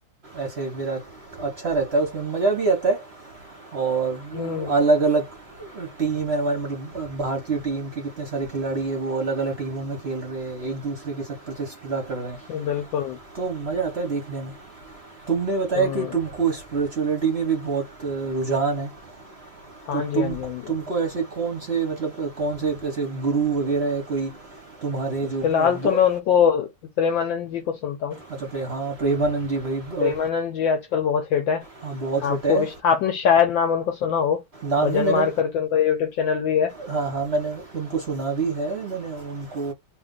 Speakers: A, on the right (about 45°); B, on the left (about 70°).
A: ऐसे मेरा अच्छा रहता है उसमें मज़ा भी आता है और
B: हुँ,
A: अलग अलग टीम एनवायरमेंट मतलब भारतीय टीम के कितने सारे खिलाड़ी है वो अलग अलग टीमों में खेल रहे हैं एक दूसरे के साथ प्रतिस्पर्धा कर रहे हैं
B: बिल्कुल।
A: तो मज़ा आता है देखने में तुमने बताया
B: हुँ।
A: कि तुमको स्पिरिचुअलिटी में भी बहुत अ, रुझान है
B: हाँ
A: तो
B: जी,
A: तुम
B: हाँ जी, हाँ जी।
A: तुमको ऐसे कौन से मतलब अ, कौन से ऐसे गुरु वगैरह है कोई तुम्हारे जो अ,
B: फिलहाल
A: बो-
B: तो मैं उनको प्रेमानंद जी को सुनता हूँ।
A: अच्छा प्रे हाँ प्रेमानंद जी भाई
B: प्रेमानंद
A: अ,
B: जी आजकल बहुत हिट है
A: हाँ बहुत हिट
B: आपको
A: है
B: विश आपने शायद नाम उनका सुना हो
A: नाम
B: भजन
A: नहीं मैंने
B: मार करके उनका यूट्यूब चैनल भी है
A: हाँ हाँ मैंने उनको सुना भी है मैंने उनको